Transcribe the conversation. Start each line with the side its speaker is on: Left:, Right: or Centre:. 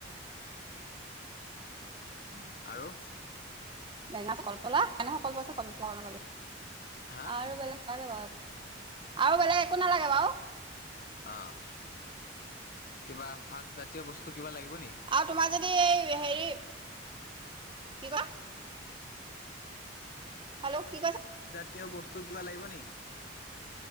Left: উম আৰু
Right: বেঙা কলপচলা বেঙা কলপচলা বনাব
Left: হা
Right: আৰু বেলেগ নে আৰু বোলে একো নালাগে বাৰু
Left: অ' কিবা শাক জাতীয় বস্তু কিবা লাগিব নি
Right: আৰু তোমাৰ যদি এই হেৰি কি কয় হেল্ল' কি কৈছ
Left: এতিয়া বস্তু কিবা লাগিব নেকি